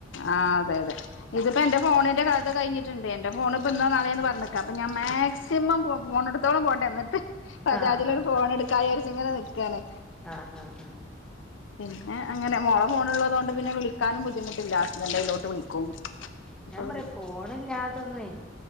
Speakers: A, on the left (about 80°); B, in the centre.
A: ആഹ് അതെ അതെ ഇതിപ്പ എൻ്റെ ഫോണിന്റെ കഥ കയ്ഞ്ഞ് ട്ട്ണ്ട് എൻ്റെ ഫോണ് ഇപ്പ ഇന്നോ നാളെന്ന് പറഞ്ഞ്ക്ക. അപ്പ ഞാ മാക്സിമം പോ പോണട്ത്തോളം പോട്ടെ എന്നട്ട് ബജാജിലൊര്
B: ആഹ് ആഹ്
A: ഫോൺ എട്ക്കാ വിയാരിച്ച്‌ ഇങ്ങനെ നിക്കാണ്
B: ആഹ് അഹ്
A: പിന്നെ അങ്ങനെ മോള ഫോണ്ള്ളതൊണ്ട് പിന്നെ വിളിക്കാനും ബുദ്ധിമുട്ടില്ല ഹസ്ബന്റ അയ്ലോട്ട് വിളിക്കും
B: അ
A: അപ്പൊ
B: ഞാൻ പറീം ഫോണില്ലാതൊന്ന് വെ